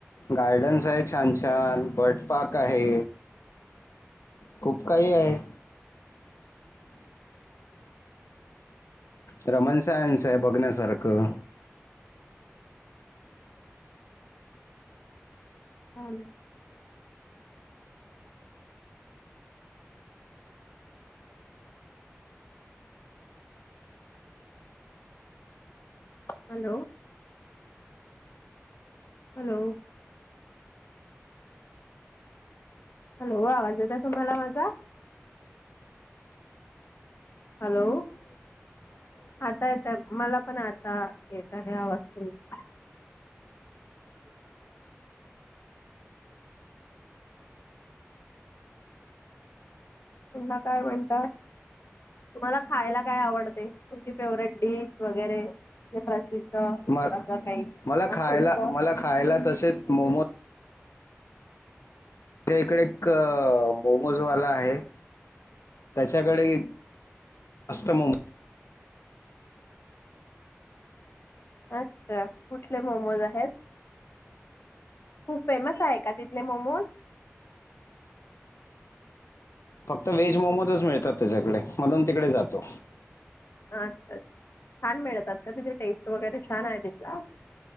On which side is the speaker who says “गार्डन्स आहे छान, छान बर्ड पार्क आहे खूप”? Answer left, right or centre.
Left